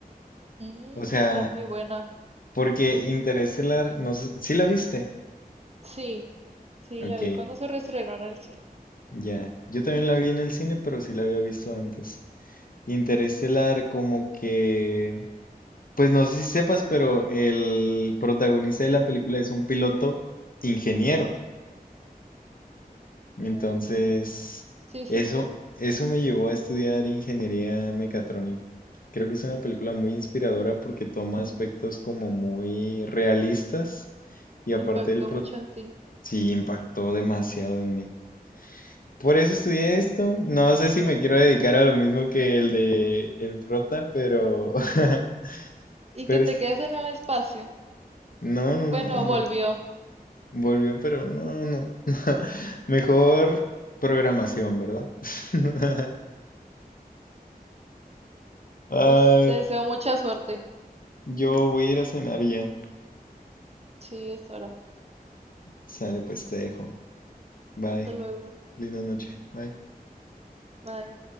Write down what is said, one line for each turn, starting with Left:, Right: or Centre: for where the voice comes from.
Right: Mm,
Left: O sea,
Right: está muy buena.
Left: porque Interestelar, no sé, ¿sí la viste?
Right: Sí, sí,
Left: Ok,
Right: la vi cuando se reestrenó en el cine.
Left: ya. Yo también la vi en el cine, pero sí la había visto antes. Interestelar, como que, pues no sé si sepas, pero el protagonista de la película es un piloto ingeniero. Entonces,
Right: Mm, Sí, sí,
Left: eso,
Right: sí.
Left: eso me llevó a estudiar ingeniería mecatrónica. Creo que es una película muy inspiradora porque toma aspectos
Right: Mm,
Left: como muy realistas y aparte
Right: Impactó
Left: el pro
Right: mucho en ti.
Left: sí impactó demasiado en mí. Por eso estudié esto. No sé si me quiero dedicar a lo mismo que el de el prota, pero <laughs>
Right: Y
Left: pero
Right: que te
Left: es-
Right: quedes en el espacio.
Left: no, no,
Right: Bueno,
Left: no, no.
Right: volvió.
Left: Volvió, pero no, no. <laughs> Mejor programación, ¿verdad? <laughs> Ay.
Right: Pues te deseo mucha suerte.
Left: Yo voy a ir a cenar ya.
Right: Sí, es hora.
Left: Sale, pues te dejo. Bye.
Right: Hasta luego.
Left: Linda noche. Bye.
Right: Bye.